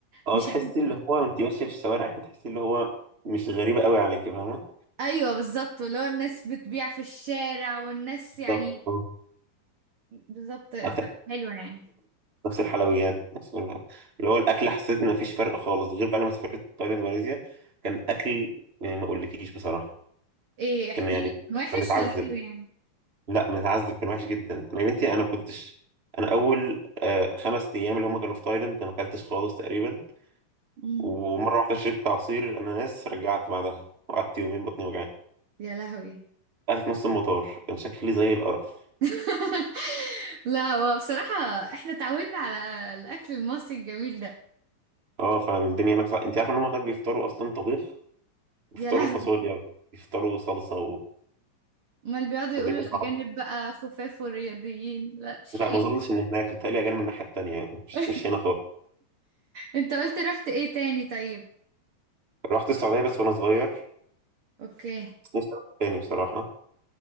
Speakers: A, on the right (about 20°); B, on the right (about 50°).
A: اه
B: مش
A: تحسي
B: هتبقى
A: اللي هو وانت ماشيه في الشوارع كده تحسي اللي هو مش غريبه قوي عليكي فاهمه
B: ايوه بالظبط اللي هو الناس بتبيع في الشارع والناس يعني
A: بالظبط اه.
B: بالظبط فحلوه
A: حتى
B: يعني
A: نفس الحلويات نفس ال- اللي هو الاكل حسيت ان مفيش فرق خالص غير بقى لما سافرت تايلاند وماليزيا كان اكل يعني ما اقولكيش بصراحه
B: ايه احكي
A: كان يعني
B: لي كان وحش
A: كنا بنتعذب
B: ولا حلو يعني
A: لا بنتعذب كان وحش جدا انا يا بنتي انا ما كنتش انا اول آه، خمس ايام اللي هم كانوا في تايلاند أنا ما اكلتش خالص تقريبا
B: امم
A: ومره واحده شربت عصير اناناس رجعت بعدها وقعدت يومين بطني وجعاني
B: يا لهوي
A: قعدت في نص المطار كان شكلي زي القرف
B: <laughs> لا هو بصراحه احنا اتعودنا على الاكل المصري الجميل ده
A: اه فالدنيا هناك صع... انت عارف ان هم هناك بيفطروا اصلا طبيخ بيفطروا
B: يا لهوي
A: فاصوليا بيفطروا صلصه و...
B: امال بيقعدوا يقولوا
A: الدنيا
B: الأجانب
A: صعبه
B: بقى خفاف ورياضيين لا مش حقيقي
A: لا ما اظنش ان هناك بتهيألي اجل من الناحيه التانيه يعني مش
B: <laughs>
A: مش هنا خالص
B: انت قلت رحت ايه تاني طيب
A: رحت السعوديه بس وانا صغير
B: اوكي
A: بس نفسي اروح تاني بصراحه